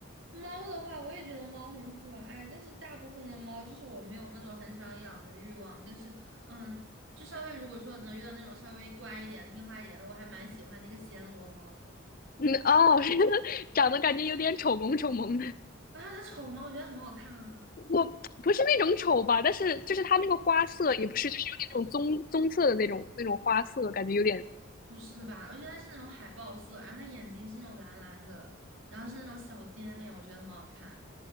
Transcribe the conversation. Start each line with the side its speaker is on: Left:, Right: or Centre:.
Right: 猫的话，我也觉得猫很可爱，但是大部分的猫就是我没有那种很想养的欲望，但是嗯，就稍微如果说能遇到那种稍微乖一点的、听话一点的，我还蛮喜欢那个暹罗猫
Left: <laughs> 嗯，哦，<laughs> 长得感觉有点丑萌丑萌的。
Right: 啊，它丑吗？我觉得很好看啊，
Left: 我不是那种丑吧，但是就是它那个花色也不是，就是有点那种棕棕色的那种那种花色，感觉有点
Right: 不是吧？我觉得它是那种海豹色，然后它眼睛是那种蓝蓝的，然后是那种小尖脸，我觉得很好看。